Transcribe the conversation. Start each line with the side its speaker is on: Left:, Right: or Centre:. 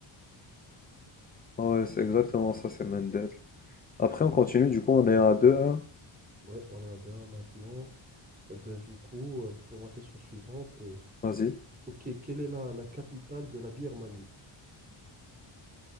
Left: Ah Ouais, c'est exactement ça, c'est Mendel. Après, on continue. Du coup, on est à deux un
Right: Ouais, on est à deux 1 maintenant. Euh, ben, du coup, euh, pour ma question suivante, euh,
Left: Vas-y.
Right: ok, quelle est la, la capitale de la Birmanie?